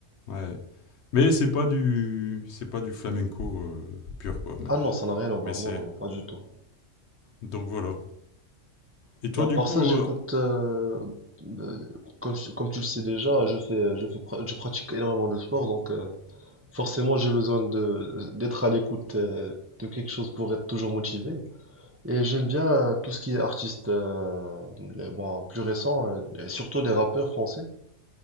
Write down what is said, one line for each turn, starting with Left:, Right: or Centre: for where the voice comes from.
Left: Ouais. Mais c'est pas du c'est pas du flamenco euh, pur quoi. Mais,
Right: Ah non, ça n'a rien à voir,
Left: mais c'est
Right: non, non, non, pas du tout.
Left: donc voilà. Et toi
Right: Bah, à
Left: du
Right: part
Left: coup
Right: ça, j'écoute,
Left: euh,
Right: euh, euh, comme, je- comme tu le sais déjà, je fais, je fais, pra- je pratique énormément de sport, donc euh, forcément j'ai besoin de, d'être à l'écoute euh, de quelque chose pour être toujours motivé. Et j'aime bien euh, tout ce qui est artiste, euh, les- bon, plus récent, euh, et surtout des rappeurs français.